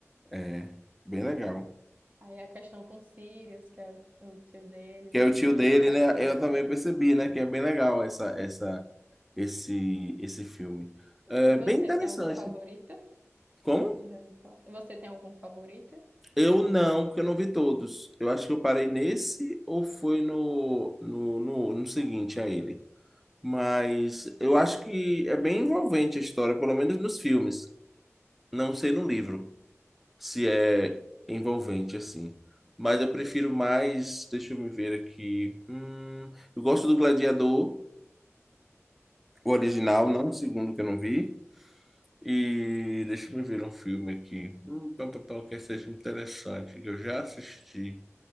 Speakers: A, in the centre; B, on the right (about 30°).
A: É, bem legal.
B: Aí a questão com Sirius, que é o, o tio dele,
A: Que
B: né?
A: é o tio
B: Eu gostei
A: dele,
B: bastante.
A: né? Eu também percebi, né? Que é bem legal essa, essa, esse, esse filme. É
B: E você,
A: bem interessante.
B: tem algum favorito
A: Como?
B: de Harry Potter? Você tem algum favorito?
A: Eu não, porque eu não vi todos. Eu acho que eu parei nesse ou foi no, no, no, no seguinte a ele. Mas eu acho que é bem envolvente a história, pelo menos nos filmes. Não sei no livro. se é envolvente assim. Mas eu prefiro mais, deixa eu me ver aqui. Hum, eu gosto do Gladiador, o original,
B: Esse-
A: não o segundo que eu não vi. E deixa eu me ver um filme aqui. Hum, pá, pá, pá, que seja interessante, que eu já assisti.